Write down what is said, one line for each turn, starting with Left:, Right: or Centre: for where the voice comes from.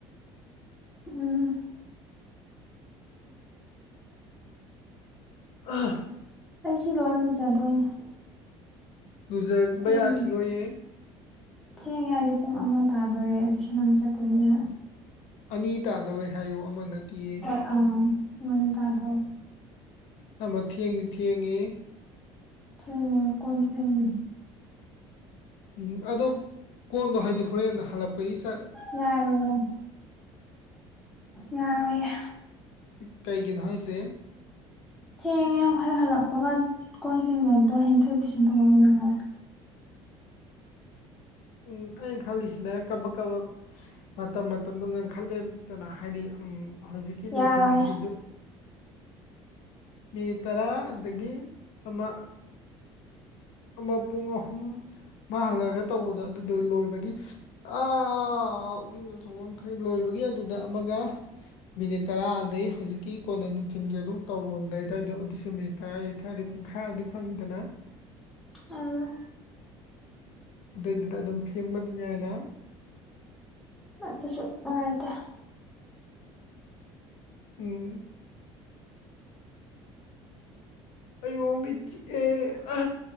Centre: ꯎꯝ
Left: ꯑ
Centre: ꯑꯩꯁꯨ ꯂꯣꯏꯅ ꯂꯨꯖꯗꯣꯏꯅꯦ
Left: ꯂꯨꯖꯕ
Centre: ꯊꯦꯡ
Left: ꯌꯥꯈꯤꯔꯣꯏꯌꯦ
Centre: ꯊꯦꯡꯉꯦ ꯍꯥꯏꯗꯤ ꯄꯨꯡ ꯑꯃ ꯇꯥꯗꯣꯔꯦ ꯇꯨꯏꯁꯟ ꯑꯃꯨꯛ ꯆꯠꯇꯣꯏꯅ‌ꯦ
Left: ꯑꯅꯤ ꯇꯥꯗꯧꯔꯦ ꯍꯥꯏꯌꯣ ꯑꯃ ꯅꯠꯇꯤꯌꯦ
Centre: ꯑ ꯄꯨꯡ ꯑꯅꯤ ꯇꯥꯗꯣꯔꯦ
Left: ꯑꯃ ꯊꯦꯡꯗꯤ ꯊꯦꯡꯉꯤ
Centre: ꯊꯦꯡꯉꯦ ꯀꯣꯟꯖꯨ ꯐꯦꯡꯗꯣꯏꯅꯤ
Left: ꯎꯝ ꯑꯗꯣ ꯀꯣꯟꯗꯣ ꯍꯥꯏꯗꯤ ꯍꯣꯔꯦꯟ ꯍꯜꯂꯛꯄꯒꯤ ꯆꯥꯛ
Centre: ꯌꯥꯔꯣꯏ ꯌꯦ ꯌꯥꯔꯣꯏ ꯌꯦ
Left: ꯀꯤ ꯀꯩꯒꯤꯅꯣ ꯍꯥꯏꯁ‌ꯦ
Centre: ꯊꯦꯡꯉꯦ ꯑꯃꯨꯛ ꯍꯦꯛ ꯍꯜꯂꯛꯄꯒ ꯀꯣꯟ ꯐ‌ꯦꯡꯅꯕꯗꯣ ꯍꯦꯟꯊꯣꯏ ꯇꯨꯏꯁꯟ ꯇꯧꯕ ꯅꯪꯉ‌ꯣꯏ
Left: ꯎꯝ ꯑꯩꯅ ꯈꯜꯂꯤꯁꯤꯅ ꯀꯕꯛ ꯀꯕꯛ ꯃꯇꯝ ꯃꯇꯝꯗꯣ ꯉꯟꯈꯠꯂꯦꯗꯅ ꯍꯥꯏꯗꯤ ꯎꯝ ꯍꯧꯖꯤꯛꯀꯤ ꯅꯨꯡꯊꯤꯜꯒꯤꯁꯤꯖꯨ
Centre: ꯌꯥꯔꯣꯏꯌꯦ
Left: ꯃꯤꯅꯤ ꯇꯔꯥ ꯗꯒꯤ ꯑꯃ ꯑꯃ ꯄꯨꯡ ꯑꯍꯨꯝ ꯃꯥ ꯍꯜꯂꯛꯑꯒ ꯇꯧꯕꯗꯣ ꯑꯗꯨꯗꯣ ꯂꯣꯏꯕꯒꯤ <unintelligible> ꯑꯥ ꯎꯔꯤꯡ ꯑꯆꯧꯕ ꯑꯃ ꯊꯣꯛꯑꯦ ꯂꯣꯏꯕꯒꯤ ꯑꯗꯨꯗ ꯑꯃꯒ ꯃꯤꯅꯤꯠ ꯇꯔꯥ ꯑꯗꯩ ꯍꯧꯖꯤꯛꯀꯤ ꯀꯣꯟꯅ ꯅꯨꯡꯊꯤꯟꯒꯤ ꯑꯗꯨꯝ ꯇꯧꯔꯝꯗꯥꯏ ꯑꯗꯥꯏꯗꯣ ꯑꯗꯨꯁꯨ ꯃꯤꯅꯤꯠ ꯇꯔꯥ ꯑꯊꯥꯏꯗꯤ ꯄꯨꯡꯈꯥꯏ ꯑꯃꯗꯤ ꯐꯪꯉꯤꯗꯅ
Centre: ꯑꯥ
Left: ꯑꯗꯨꯏꯗꯨꯗ ꯑꯗꯨꯝ ꯐꯦꯡꯕ ꯑꯗꯨꯝ ꯌꯥꯏꯅ
Centre: ꯑꯗꯨꯁꯨ ꯋꯥꯏꯗ
Left: ꯎꯝ ꯑꯩꯌꯨ ꯃꯤꯠ ꯆꯤꯛꯑꯦ ꯑ